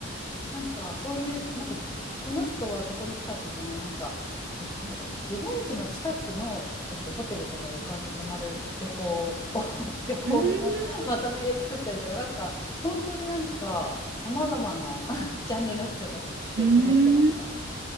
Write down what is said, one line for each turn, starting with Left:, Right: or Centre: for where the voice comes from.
Left: なんかそういうなんかその人はそこに来た時になんかえっとなんだっけな自分家の近くの、えっと、ホテルとか旅館に泊まる旅行を <laughs> 旅行のまとめで作ったりとかなんか本当になんかさまざまな
Right: ーん。
Left: <laughs> ジャンルの人が来て喋ってました。
Right: うーん。